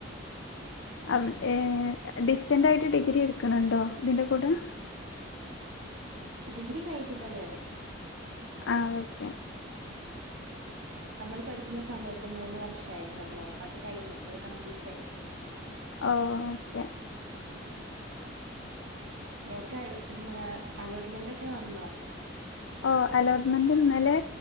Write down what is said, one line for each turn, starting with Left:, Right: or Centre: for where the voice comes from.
Left: അം
Right: ആഹ്
Left: ഏഹ് ഡിസ്റ്റന്റ് ആയിട്ട് ഡിഗ്രി എടുക്കണ്ണ്ടോ തിന്റെ കൂടെ
Right: ഡിഗ്രി കഴിഞ്ഞതാ ഞാന്
Left: ആ ഓക്കെ
Right: മ്മൾ പഠിക്കുന്ന സമയത്ത് മൂന്ന് വർഷയിരുന്നല്ലോ അത് കഴിഞ്ഞ് അത് കംപ്ലീറ്റ് ആയി
Left: ഓ ഓക്കെ
Right: നേക്ക് പിന്നെ അലോട്ട്മെന്റക്കെ വന്നൊ
Left: ഓ അലോട്ട്മെന്റ്ന്നലെ